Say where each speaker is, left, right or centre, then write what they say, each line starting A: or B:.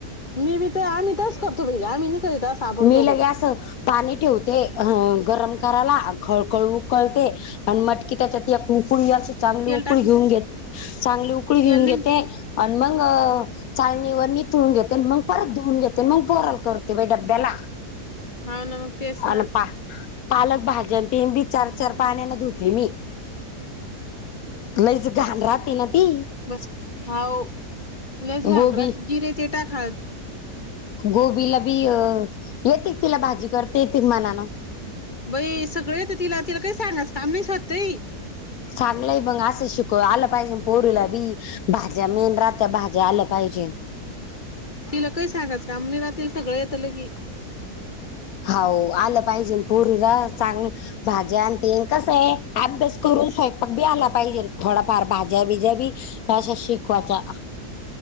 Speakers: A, on the left; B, on the left.
A: मी बी तर आम्ही तरच करतो भैी आम्ही नाही करीता साबड
B: मी
A: दोबड
B: लगे असं पाणी ठेवते गरम करायला खळकळ उकळते. आणि मटकी त्याच्यातु चांगली
A: तेल
B: उकळी
A: टाक
B: घेऊन
A: ना
B: घेत चांगली उकळी घेऊन
A: तेल नाही
B: घेते.
A: त्याच्यात
B: आणि मग चालणी व मी तुळून घेतेन मग परत धुवून घेते मग पोराल करते. दला
A: हा ना. तेच ना
B: आणि पा पालक भाज्या प बी चार चार पाण्यान धुते मी. लईच घाल राहते ना ती.
A: बस बस हाव लस
B: गोबी
A: घांटरात जिरे ते टाकात.
B: गोबीला बी येते तिला भाजी करते येतेच मनान
A: बई सगळे तर तिला तिला काही सांगणारच काम नाहीच होतंय.
B: चांगलंय मग आ अस शिको आला पायसं परला बी भाज्या मेन रात्या भाज्या आल्या पाहिजे.
A: तिला काही सांगाच कामणी राातील सगळ येत ल की
B: हा आलं पाहिजे पुरीला चांग भाज्या आणतीलन कसं आहे अभ्यास करून स्वयंपाक बी आला पाहिजे थोडाफार भाज्या बिज्या बी भाशा शिकवाच्या.